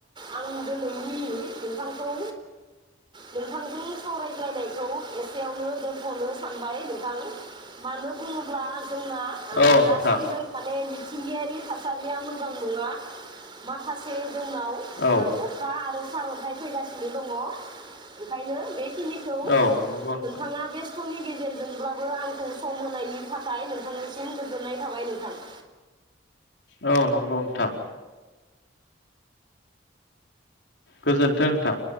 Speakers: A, on the right; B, on the left.
A: आं दिनैनि नोंथांखौ नोंथांजों सावरायज्लायनायखौ एसेयावनो दोनथनो सानबाय नोंथां मानो बुङोब्ला जोंना आ
B: औ नोंथां
A: दासान्दै मिथिंगायारि थासारिया मोजां नङा माखासे जोंनाव
B: औ
A: ओ अखा आरो सारअन्थाइ फैगासिनो दङ, ओंखायनो बे खिनिखौ
B: औ नंगौ नोंथां
A: नोंथाङा बे समनि गेजेरजोंब्लाबो आंखौ सम होनायनि थाखाय नोंथांनिसिम गोजोननाय थाबाय नोंथां।
B: औ नंगौ नोंथां गोजोन्थों नोंथां।